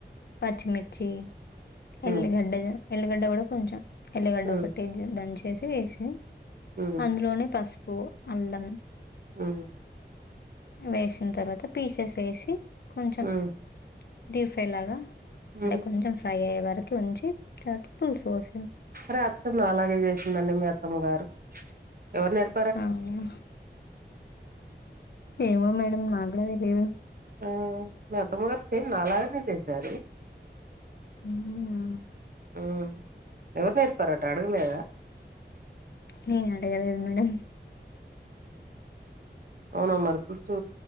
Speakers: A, on the left; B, on the right.
A: పచ్చిమిర్చి ఎల్లిగడ్డగ
B: ఉమ్
A: ఎల్లిగడ్డ గుడ కొంచం ఎల్లిగడ్డ
B: ఉమ్
A: ఒకటేజ్ దంచేసి వేసి
B: ఉమ్
A: అంద్లోనే పసుపు అల్లం
B: ఉహు
A: వేసిన్ తర్వాత పీసెస్ వేసి కొంచం
B: ఉమ్
A: డీ ఫ్రై లాగా అండె
B: ఉమ్
A: కొంచం ఫ్రై అయ్యే వరకి ఉంచి తాత పుల్సు వోసిన్
B: రాత్తమ్ నలాగే జేసిందండి మీ అత్తమ్మ గారు ఎవర్ నేర్
A: అవునా ఏమో మేడమ్ నాగ్గుడ దెలీదు
B: ఆ మీ అత్తమ్మగారు సేమ్ నాలాగనే జేశారు
A: ఊహు ఊ
B: ఊ ఎవర్ నేర్పారట అడగలేద
A: నేనడగలేదు మేడం
B: అవునా అవ్నా మరి పుల్సూ